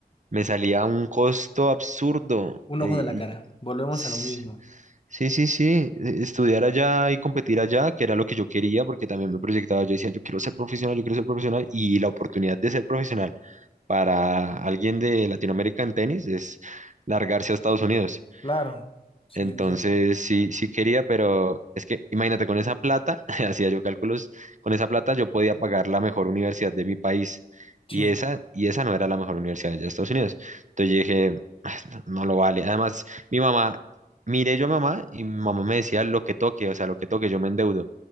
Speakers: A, on the right; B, on the left.
A: me salía a un costo absurdo.
B: Un
A: eh,
B: ojo de la
A: y
B: cara. Volvemos
A: s-
B: a lo mismo.
A: sí, sí, sí, e- estudiar allá y competir allá, que era lo que yo quería, porque también me proyectaba, yo decía, yo quiero ser profesional, yo quiero ser profesional y la oportunidad de ser profesional para alguien de Latinoamérica en tenis es largarse a Estados Unidos.
B: Claro. Sí,
A: Entonces
B: sí, sí.
A: sí, sí quería, pero es que imagínate, con esa plata, <laughs> hacía yo cálculos, con esa plata yo podía pagar la mejor universidad de mi país
B: Sí.
A: y esa, y esa no era la mejor universidad de Estados Unidos. Entonces yo dije, "Ah, no, no lo vale. Además, mi mamá, miré yo a mamá y mi mamá me decía lo que toque, o sea, lo que toque, yo me endeudo.